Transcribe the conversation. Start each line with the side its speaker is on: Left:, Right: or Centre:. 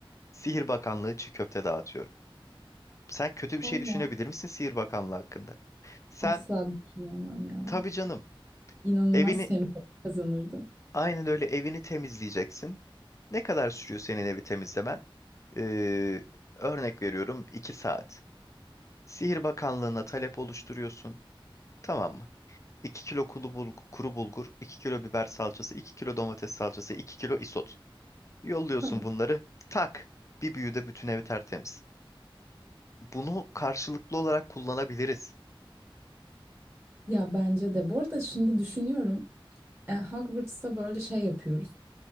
Left: Sihir Bakanlığı çiğ köfte dağıtıyor. Sen kötü bir
Right: Valla
Left: şey düşünebilir misin Sihir Bakanlığı hakkında? Sen
Right: asla düşünemem ya.
Left: Tabii canım.
Right: inanılmaz
Left: Evini
Right: sempatik kazanırdı.
Left: aynen öyle evini temizleyeceksin. Ne kadar sürüyor senin evi temizlemen? Ee, örnek veriyorum 2 saat. Sihir Bakanlığı'na talep oluşturuyorsun. Tamam mı? 2 kilo kuru bulgur, kuru bulgur, 2 kilo biber salçası, 2 kilo domates salçası, 2 kilo isot. Yolluyorsun
Right: Tamam.
Left: bunları. Tak! Bir büyüde bütün evi tertemiz. Bunu karşılıklı olarak kullanabiliriz.
Right: Ya bence de. Bu arada şimdi düşünüyorum. E, Hogwarts'ta böyle şey yapıyoruz.